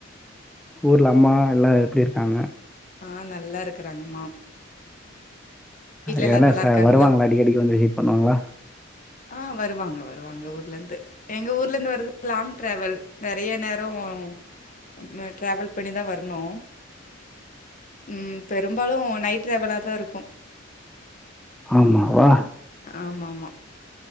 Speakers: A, in the centre; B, on the left.
A: ஊர்ல அம்மா யெல்லா எப்டி ருக்காங்க
B: அ நல்லாருக்கறாங்க மாம்
A: எதனா
B: எல்லாரும் நல்லா
A: ச
B: இருக்காங்களா
A: வருவாங்ளா அடிக்கடிக்கு வந்து விசிட் பண்ணுவாங்களா
B: அ வருவாங்க வருவாங்க ஊர்லந்து எங்க ஊர்லேந்து வரது லாங் ட்ரவல். நெறைய நேரோ ம் ட்ரவல் பண்ணிதா வர்ணு ம் பெரும்பாலு நைட் ட்ரவலா தா ருக்கு
A: ஆமாவா
B: ஆமா ஆமா